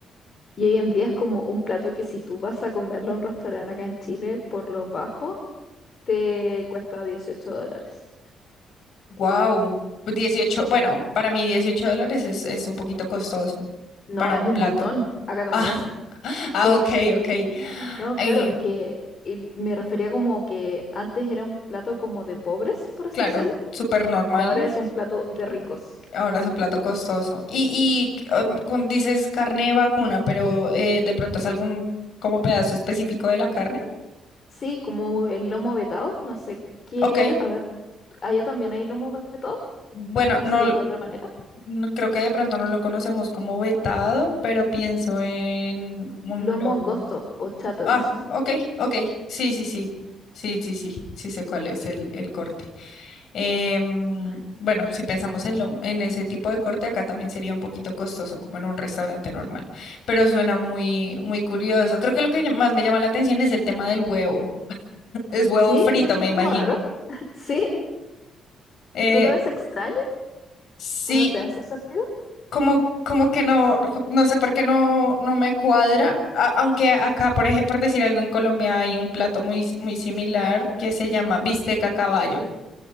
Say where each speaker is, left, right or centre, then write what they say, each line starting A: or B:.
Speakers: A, on the left; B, on the left.
A: Y hoy en día es como un plato que si tú vas a comerlo a un restaurante acá en Chile, por lo bajo, te cuesta 18 dólares.
B: Wow, dieciocho. bueno, para mí dieciocho dólares es, es un poquito costoso
A: No,
B: para
A: es
B: un
A: un
B: plato.
A: montón, acá también.
B: Ah, <laughs>
A: Sí.
B: ah, ok, ok.
A: No,
B: Eh,
A: claro, que eh, me refería como que antes era un plato como de pobres, por así
B: claro,
A: decirlo,
B: súper normal.
A: y ahora es un plato de ricos.
B: Ahora es un plato costoso. Y, y um, con- dices carne de vacuna, pero eh, de pronto es algún como pedazo específico de la carne.
A: Sí, como el lomo vetado, no sé qué,
B: Ok.
A: a ver, ¿allá también hay lomo vetado?
B: Bueno,
A: ¿O
B: no,
A: se llama
B: l-
A: de otra manera?
B: no- creo que de pronto no lo conocemos como vetado,
A: En Colombia.
B: pero pienso en un
A: Lomo
B: lomo.
A: angosto o chata,
B: Ah,
A: dice.
B: ok, ok. Sí, sí, sí. Sí, sí, sí. Sí sé cuál es el, el corte. Em, bueno, si pensamos en lo, en ese tipo de corte, acá también sería un poquito costoso, como en un restaurante normal. Pero suena muy, muy curioso. Creo que lo que más me llama la atención es el tema del huevo. Es huevo
A: Sí,
B: frito,
A: tú lo ves
B: me imagino.
A: como raro. <laughs> Sí,
B: Eh,
A: tú lo ves extraño.
B: sí,
A: ¿No te hace sentido?
B: como, como que no, no sé por qué no, no me cuadra. A- aunque acá, por ejemplo, por decir algo, en Colombia hay un plato muy, muy similar que se llama bistec a caballo.